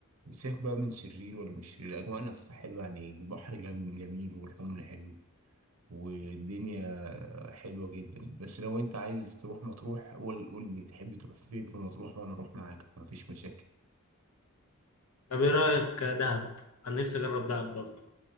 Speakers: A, on the right (about 75°); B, on the left (about 80°).
A: سيبك بقى من شرير ولا مش شرير الأجواء نفسها حلوة يعني البحر جم- جميل والرمل حلو والدنيا حلوة جدا بس لو انت عايز تروح مطروح قول قول لي تحب تروح فين في مطروح وانا اروح معاك مفيش مشاكل
B: طب ايه رايك دهب انا نفسي اجرب دهب برضه